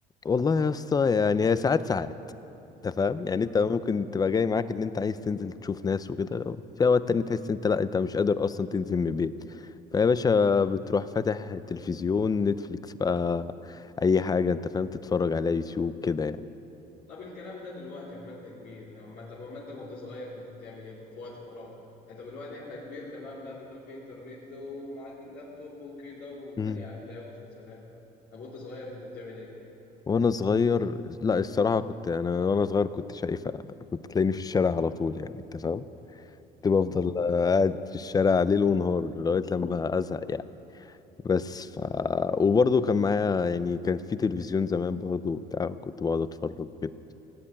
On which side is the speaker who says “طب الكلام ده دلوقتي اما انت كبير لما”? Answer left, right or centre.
Left